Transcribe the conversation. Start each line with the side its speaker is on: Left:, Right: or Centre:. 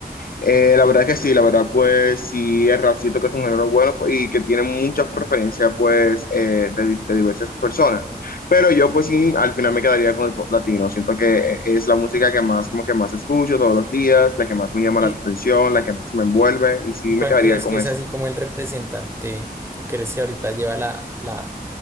Left: Eh, la verdad que sí, la verdad pues sí, el rap siento que es un género bueno pues, y que tiene mucha preferencia pues eh, de, di- de diversas personas. Pero yo pues sí, al final me quedaría con el pop latino. Siento que es la música que más como que más escucho todos los días, la que más me llama
Right: ¿Y,
Left: la atención, la que más me envuelve y sí
Right: y
Left: me
Right: cuál
Left: quedaría
Right: crees
Left: con
Right: que es
Left: eso.
Right: así como el representante que crees que ahorita lleva la, la,